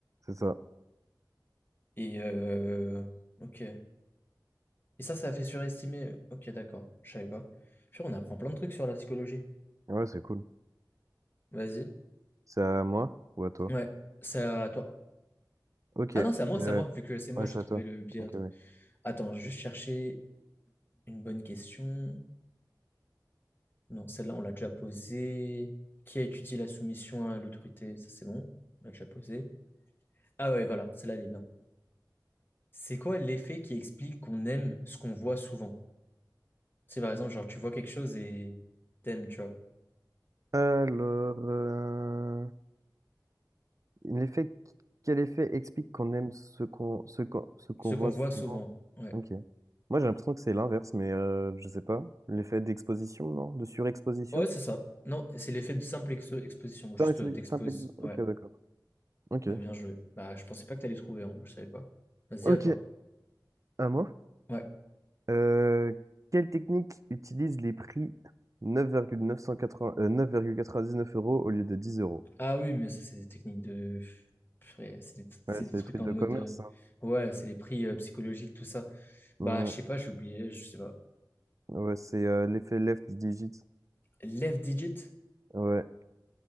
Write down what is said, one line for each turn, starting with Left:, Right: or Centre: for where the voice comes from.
Right: C'est ça.
Left: Et... euh, Ok. Et ça, ça a fait surestimer. Ok, d'accord. Je savais pas. Puis on apprend plein de trucs sur la psychologie.
Right: Ouais, c'est cool.
Left: Vas-y.
Right: C'est à moi ou à toi?
Left: Ouais, c'est à toi.
Right: Ok.
Left: Ah
Right: Euh,
Left: non, c'est à moi, c'est à moi, vu que c'est moi,
Right: ouais,
Left: j'ai
Right: c'est
Left: trouvé
Right: à toi.
Left: le biais
Right: Ok, ouais.
Left: Attends, je vais juste chercher une bonne question. Non, celle-là, on l'a déjà posée. Qui a étudié la soumission à l'autorité? Ça, c'est bon. On l'a déjà posée. Ah ouais, voilà, celle-là, elle est bien. C'est quoi l'effet qui explique qu'on aime ce qu'on voit souvent? C'est par exemple, genre, tu vois quelque chose et t'aimes, tu vois.
Right: Alors, euh, l'effet, quel effet explique qu'on aime ce qu'on, ce qu'on, ce qu'on
Left: Ce qu'on
Right: voit
Left: voit
Right: souvent?
Left: souvent. Ouais.
Right: Ok. Moi, j'ai l'impression que c'est l'inverse, mais euh, je sais pas. L'effet d'exposition, non? De surexposition?
Left: Ouais, c'est ça. Non, c'est l'effet de simple exo- exposition. Juste
Right: Simple expo-
Left: euh, t'exposes.
Right: simple expo-
Left: Ouais.
Right: Ok, d'accord. Ok.
Left: Bah, bien joué. Bah, je pensais pas que t'allais trouver, hein. Je savais pas. Vas-y,
Right: Ok,
Left: à toi.
Right: à moi.
Left: Ouais.
Right: Euh, quelle technique utilise les prix 9,980, euh, 9,99 euros au lieu de 10 euros?
Left: Ah oui, mais ça, c'est des techniques de... purée, C'est des, c'est
Right: Ouais,
Left: des
Right: c'est
Left: trucs
Right: des trucs
Left: en
Right: de
Left: mode...
Right: commerce,
Left: euh,
Right: ça.
Left: Ouais, c'est les prix euh, psychologiques, tout ça.
Right: Ouais,
Left: Bah, je sais pas, j'ai oublié, je sais pas.
Right: Ouais, c'est euh, l'effet left digit.
Left: Left digit?
Right: Ouais.